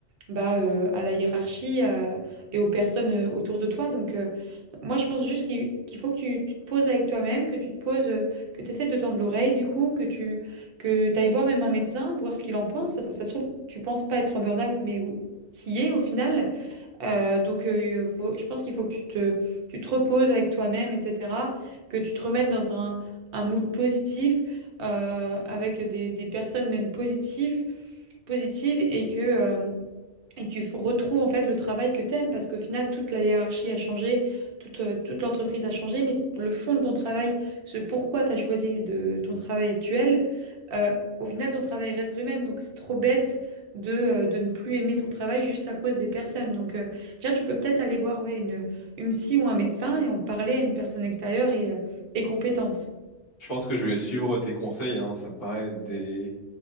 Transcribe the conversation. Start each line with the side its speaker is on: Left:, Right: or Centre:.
Right: bah, euh, à la hiérarchie à- et aux personnes euh, autour de toi. Donc, euh, moi, je pense juste qu'il qu'il faut que tu, tu te poses avec toi-même, que tu te poses, euh, que tu essaies de tendre l'oreille, du coup, que tu que t'ailles voir même un médecin, voir ce qu'il en pense, parce que ça se trouve, tu penses pas être en burn-out, mais qui est au final. Euh, donc, euh, faut- je pense qu'il faut que tu te, tu te reposes avec toi-même, etc., que tu te remettes dans un, un mood positif, euh, avec des, des personnes même positives, positives et que... euh, et que tu f- retrouves en fait le travail que t'aimes parce qu'au final toute la hiérarchie a changé, toute, euh, toute l'entreprise a changé, mais le fond de ton travail, ce pourquoi tu as choisi de ton travail actuel, euh, au final ton travail reste le même. Donc c'est trop bête de, euh, de ne plus aimer ton travail juste à cause des personnes. Donc euh, déjà tu peux peut-être aller voir ouais, une, une psy ou un médecin et en parler à une personne extérieure et, euh, et compétente.
Left: Je pense que je vais suivre tes conseils, hein. Ça me paraît des,